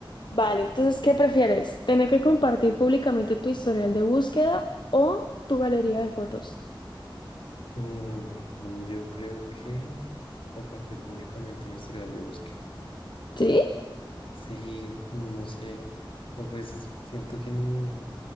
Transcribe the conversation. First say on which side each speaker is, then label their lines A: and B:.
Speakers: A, on the left; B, on the left.
A: Vale, entonces, ¿qué prefieres? ¿Tener que compartir públicamente tu historial de búsqueda o tu galería de fotos?
B: Mm, yo creo que compartir públicamente mi historial de búsqueda.
A: ¿Sí?
B: Sí, no sé. O sea, pues siento que, n-